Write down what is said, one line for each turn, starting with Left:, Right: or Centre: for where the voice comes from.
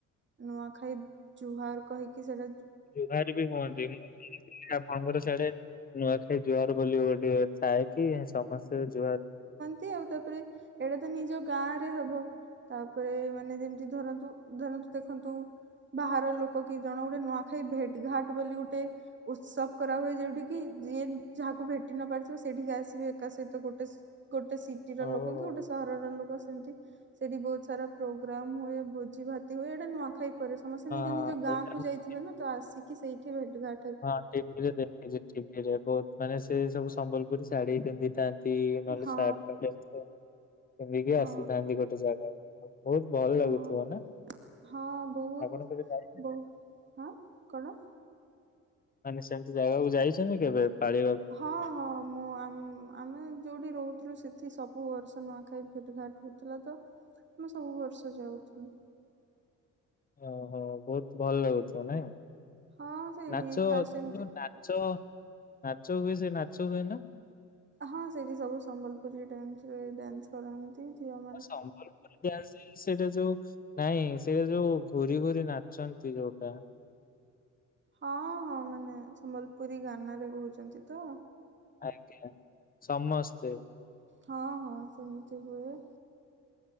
Right: ନୂଆଖାଇ ଜୁହାର କହିକି ସେରା
Left: ଜୁହାର ବି ହୁଅନ୍ତି ମୁଁ ଶୁଣିଥିଲି ଆପଣଙ୍କର ସିଆଡ଼େ ନୂଆଖାଇ ଜୁହାର ବୋଲିି ଗୋଟିଏ ଥାଏ କି ସମସ୍ତେ ଜୁହାର
Right: ତି ଆଉ ତାପରେ ଏଡ଼ା ତ ନିଜ ଗାଁରେ ହବ। ତାପରେ ମାନେ ଯେମତି ଧରନ୍ତୁ ଧରନ୍ତୁ ଦେଖନ୍ତୁ ବାହାର ଲୋକ କି ଜଣ ଗୋଟେ ନୂଆଖାଇ ଭେଟ୍ ଘାଟ୍ ବୋଲି ଗୋଟେ ଉତ୍ସବ କରାହୁଏ ଯୋଉଠିକି ଯିଏ ଯାହାକୁ ଭେଟି ନ ପାରିଥିବ ସେଇଠିକି ଆସ୍ ଥିବେ ଏକା ସହିତ ଗୋଟେ ସ୍ ଗୋଟେ ସିଟିର
Left: ଓ ହଁ
Right: ଲୋକ କି ଗୋଟେ ସହରର ଲୋକ ସେମତି ସେଇଠି ବହୁତ ସାରା ପ୍ରୋଗ୍ରାମ୍ ହୁଏ ଭୋଜି ଭାତି ହୁଏ ଏଇଟା ନୂଆଖାଇ ପରେ ସମସ୍ତେ ନିଜ
Left: ହଁ
Right: ନିଜ ଗାଁ
Left: ଏଇଟା
Right: କୁ
Left: ମୁଁ
Right: ଯାଇଥିବେ ନାଁ ତ ଆସିକି ସେଇଠି ଭେଟ୍ ଘା
Left: ହଁ ଟି ଭି ରେ ଦେଖିଚି ଟି ଭି ରେ ବହୁତ ମାନେ ସେ ସବୁ ସମ୍ବଲପୁରୀ ଶାଢ଼ୀ ପିନ୍ଧିଥା ନ୍ତି ନହେଲେ
Right: ହଁ
Left: ସାଟ୍ ଟେ ପିନ୍ଧିଥିବେ ପିନ୍ଧିକି
Right: ହଁ
Left: ଆସିଥାନ୍ତି ଗୋଟେ ଜାଗା। ଅ ବହୁତ ଭଲ
Right: ହଁ।
Left: ଲାଗୁଥିବ ନାଁ
Right: ହଁ ବହୁତ
Left: ଆପଣ କେବେ ଯାଇଥିଲେ?
Right: ବହୁ ହଁ କଣ?
Left: ମାନେ ସେମତି ଜାଗାକୁ ଯାଇଚନ୍ତି କେବେ ପାଳିବା
Right: ହଁ ମୁଁ ଉଁ ଆଁ ଆମେ ଯୋଉଠି ରହୁଥୁଲୁ ସେଠି ସବୁ ବର୍ଷ ନୂଆଖାଇ ଭେଟ୍ ଘାଟ୍ ହଉଥୁଲା ତ ମୁଁ ସବୁ ବର୍ଷ ଯାଉଥୁଲୁ।
Left: ଓହୋ ବହୁତ ଭଲ ଲାଗୁଥିବ ନାଇଁ
Right: ହଁ ସେଇଠି
Left: ନାଚ
Right: ଫାଷ୍ଟ ଏମିତି
Left: ଯୋଉ ନା ଚ ନାଚ ହୁଏ ସେଇ ନାଚ ହୁଏ ନା?
Right: ହଁ ସେଇଠି ସବୁ ସମ୍ବଲପୁରୀ ଡ୍ୟାନ୍ସ୍ ରେ ଡ୍ୟାନ୍ସ୍ କର ନ୍ତି ଝିଅ
Left: ମୁଁ ସମ୍ବଲପୁରୀ ଡ୍ୟାନ୍ସ୍ ସେଇଟା ଯୋଉ ନାଇଁ ସେଇଟା ଯୋଉ ଘୁରି ଘୁରି ନାଚନ୍ତି ଯୋଉଟା।
Right: ହଁ ହଁ ମାନେ ସମ୍ବଲପୁରୀ ଗାନାରେ କହୁଚନ୍ତି ତ?
Left: ଆଜ୍ଞା ସମସ୍ତେ।
Right: ହଁ ହଁ ସେମିତି ହୁଏ।